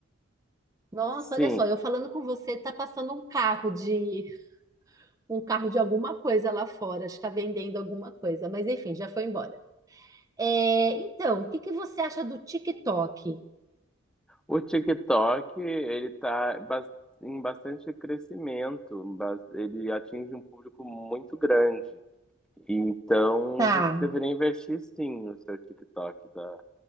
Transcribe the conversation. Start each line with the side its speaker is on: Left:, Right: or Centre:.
Right: Nossa,
Centre: Sim,
Right: olha só, eu falando com você, tá passando um carro de um carro de alguma coisa lá fora, está vendendo alguma coisa, mas enfim, já foi embora. É, então, o que que você acha do TikTok?
Centre: O TikTok, ele tá bas- em bastante crescimento, bas- ele atinge um público muito grande. Então,
Right: Tá,
Centre: você deveria investir sim no seu TikTok da,